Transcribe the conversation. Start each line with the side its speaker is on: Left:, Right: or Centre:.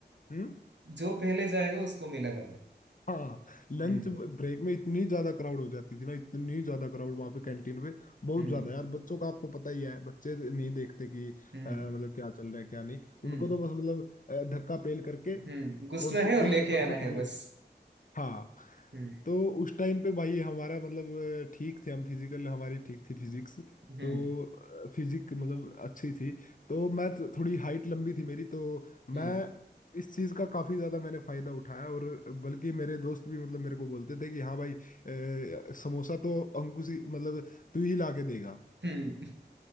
Left: हम्म
Right: जो पहले जाएगा उसको मिलेगा
Left: हाँ लंच
Right: हम्म
Left: ब्रेक में इतनी ज्यादा क्राउड हो जाती थी ना इतनी ज्यादा क्राउड वहां पे कैंटीन पे बहुत
Right: हम्म
Left: ज्यादा यार बच्चों का आपको पता ही है बच्चे नहीं देखते कि
Right: हम्म
Left: अ, मतलब क्या चल रहा है क्या नहीं
Right: हम्म
Left: उनको तो बस मतलब अ, धक्का पेल करके
Right: हम्म घुसना
Left: और सीधे
Right: है और लेके
Left: सबसे
Right: आना है
Left: पहले
Right: बस
Left: हाँ
Right: हम्म
Left: तो उस टाइम पे भाई हमारा मतलब अ, ठीक थे हम फिजिकल हमारी ठीक थी फिजिक्स
Right: हम्म
Left: तो फिजिक मतलब अच्छी थी तो मैं तो- थोड़ी हाइट लंबी थी मेरी तो
Right: हम्म
Left: मैं इस चीज़ का काफ़ी ज़्यादा मैंने फ़ायदा उठाया और बल्कि मेरे दोस्त भी मतलब मेरे को बोलते थे कि हाँ भाई अ, समोसा तो अंकुश ही मतलब तू ही ला के देगा
Right: हम्म